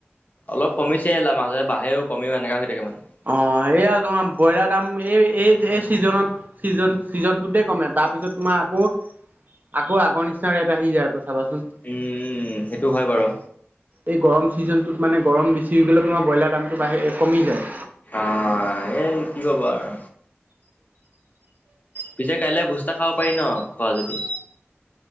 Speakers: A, on the left; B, on the right.
A: অলপ কমিছে লা মাজে বাৰে কমও এনেকা হৈ থাকে মানে
B: অ এইয়া তোম ব্ৰইলাৰ দাম এই এই এই চিজনত চিজন ছিজনটোতে কাম তাৰপিছত তোমাৰ আকৌ আকৌ আগ নিচিনা ৰেত আহি যায় চাবাচোন
A: উম সেইটো হয় বাৰু
B: এই গৰম ছিজনটোত মানে গৰম বেছি গ'লে তোমাৰ ব্ৰইলাৰ দামটো বাঢ়ি কমি যায়
A: অ এই কি কব আৰু পিছে কাইলেলৈ ভোজ তা খাব পাৰি ন খোৱা যদি